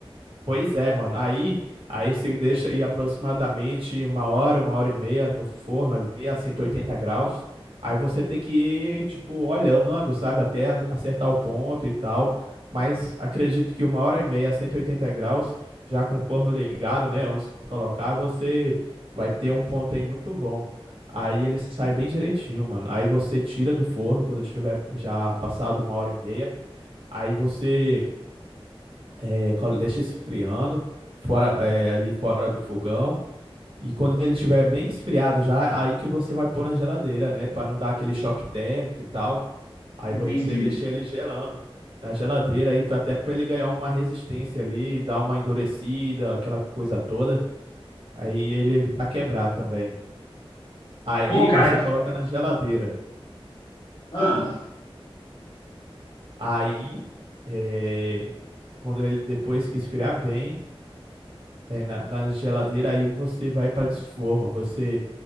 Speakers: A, on the right; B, on the left.
A: Pois é, mano. Aí, aí você deixa ir aproximadamente uma hora, uma hora e meia no forno ali a 180 graus. Aí você tem que ir, tipo, olhando, sabe, até a- acertar o ponto e tal. Mas acredito que uma hora e meia a 180 graus, já com o forno ligado, né, antes de colocar, você vai ter um ponto aí muito bom. Aí ele sai bem direitinho, mano. Aí você tira do forno quando tiver já passado uma hora e meia. Aí você é, colo- deixa esfriando fora é, ali fora do fogão e quando ele estiver bem esfriado já aí que você vai pôr na geladeira né para não dar aquele choque térmico e tal aí
B: Entendi.
A: você deixa ele gelando na geladeira aí pra- até para ele ganhar uma resistência ali dar uma endurecida aquela coisa toda aí ele evitar quebrar também aí
B: Pô, cara,
A: você
B: que...
A: coloca na geladeira
B: ah,
A: aí é, quando ele depois que esfriar bem é, na, na geladeira aí você vai para desforma você